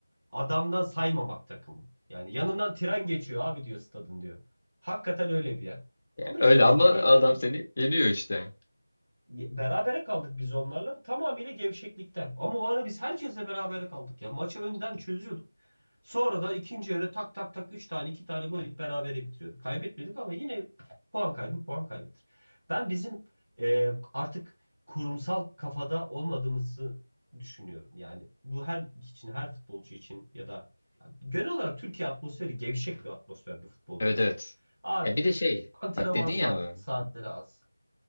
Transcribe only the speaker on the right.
adamdan saymamak takımı. Yani yanından tren geçiyor abi diyor stadın diyor. Hakikaten öyle bir yer. Ama
işte
ciddiyetsiz
Berabere kaldık biz onlarla tamamıyla gevşeklikten. Ama o ara biz herkesle berabere kaldık ya. Maçı önden çözüyorduk. Sonra da ikinci yarı tak tak tak 3 tane 2 tane gol yiyip berabere bitiriyorduk. Kaybetmedik ama yine puan kaybı puan kaybıdır. Ben bizim e, artık kurumsal kafada olmadığımızı düşünüyorum. Yani bu her için her futbolcu için ya da yani genel olarak Türkiye atmosferi gevşek bir atmosfer bir futbolcu
için.
Abi
antrenman
saat,
saatleri az.